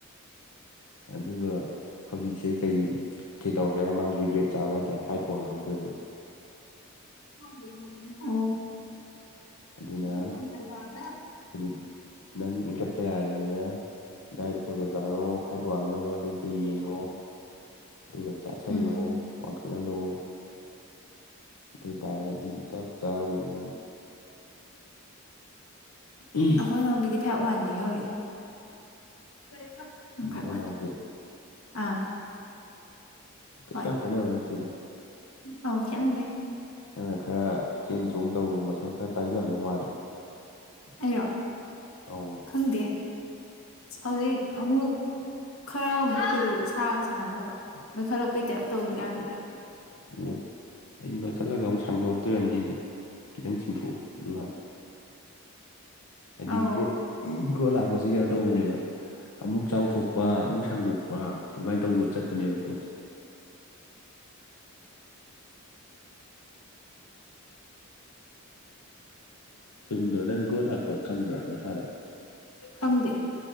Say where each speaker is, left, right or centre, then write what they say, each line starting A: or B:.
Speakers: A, on the left; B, on the left.
A: ꯑꯗꯨꯒ ꯍꯧꯖꯤꯛꯁꯦ ꯀꯩ ꯀꯩ ꯇꯧꯔꯛꯀꯦꯥ ꯃꯥꯁ ꯔꯤꯒ꯭ꯔꯦꯠ ꯆꯥꯕ ꯍꯥꯏꯇꯥꯥꯔꯦ ꯍꯥꯏꯠ ꯋꯥꯡꯍꯧꯗꯕꯒꯤ
B: <inaudible>
A: ꯑꯗꯨꯅ ꯍꯧꯖꯤꯛ ꯅꯪ ꯏꯟꯈꯠꯄ ꯌꯥꯔꯤꯕꯅꯤꯅ ꯗꯥꯏꯗ ꯐꯕ ꯆꯥꯔꯣ ꯍꯥꯏꯠ ꯋꯥꯡꯅꯕ ꯀꯔꯤ ꯀꯔꯤ ꯌꯦꯡꯉꯣ ꯑꯗꯨꯒ ꯆꯥꯥꯁꯜꯂꯣ
B: ꯎꯝ
A: ꯋꯥꯡꯈꯠꯍꯜꯂꯣ ꯑꯗꯨ ꯑꯣꯏꯇꯥꯔꯗꯤ ꯆꯞ ꯆꯥꯔꯅꯤ ꯎꯝ
B: ꯑꯩꯈꯣꯏꯅꯒꯤꯗꯤ ꯐꯥꯏꯚ ꯋꯥꯟꯅꯤ ꯌꯧꯔꯤꯁꯦ ꯐꯥꯏꯚ
A: ꯅꯣꯏ
B: ꯋꯥꯟ
A: ꯅꯥꯎꯒꯤ
B: ꯑꯥ
A: ꯀꯩꯁꯨ
B: ꯍꯣꯏ
A: ꯌꯥꯝ ꯈꯦꯠꯅꯕ ꯅꯠꯇꯦꯗ
B: ꯑꯧ ꯈꯦꯠꯅꯗꯦ
A: ꯅꯪꯅ ꯈꯔ ꯆꯦꯟ ꯆꯣꯡ ꯇꯧꯕꯔ ꯃꯁꯜ ꯈꯔ ꯇꯥꯁꯤꯜꯂꯝꯗꯧ ꯃꯥꯂꯦ
B: ꯑꯩꯔꯣ
A: ꯑꯧ
B: ꯈꯪꯗꯦ ꯑ ꯍꯧꯖꯤꯛ ꯑꯃꯨꯛ ꯈꯔ ꯑꯃꯨꯛ ꯀꯨ ꯁꯥꯔꯒ ꯁꯥꯥꯟꯅꯗꯕ ꯃꯩꯈꯠꯂꯛꯄꯩ ꯇꯦꯞ ꯇꯧꯔꯤ ꯀꯥꯟꯁꯤꯗ
A: ꯑꯣ ꯑꯩ ꯅꯣꯏꯈꯠꯂꯒ ꯑꯃꯨꯛ ꯁꯥꯡꯗꯣꯔꯛꯇꯣꯝꯅꯤ ꯑꯗꯨꯗ ꯈꯤꯇꯪ ꯆꯤꯡꯊꯣꯛꯑꯣ ꯑꯗꯨꯀꯥꯟꯗ ꯍꯥꯏꯗꯤ
B: ꯑꯧ
A: ꯒ꯭ꯔꯣꯠ ꯒ꯭ꯔꯣꯠ ꯂꯥꯛꯄꯁꯤ ꯀꯩꯅꯣ ꯇꯧꯕꯅꯦꯕ ꯑꯃꯨꯛ ꯆꯥꯎꯊꯣꯛꯄ ꯑꯃꯨꯛ ꯁꯥꯡꯗꯣꯛꯄ ꯑꯗꯨꯃꯥꯏꯅ ꯇꯧꯕ ꯆꯠꯄꯅꯦꯕ ꯒ꯭ꯔꯣꯠꯁꯦ ꯆꯨꯝꯗꯣ ꯅꯪ ꯒ꯭ꯔꯣꯠ ꯂꯥꯛꯄ ꯈꯪꯕ꯭ꯔꯥ ꯅꯁꯥꯅ
B: ꯈꯪꯗꯦ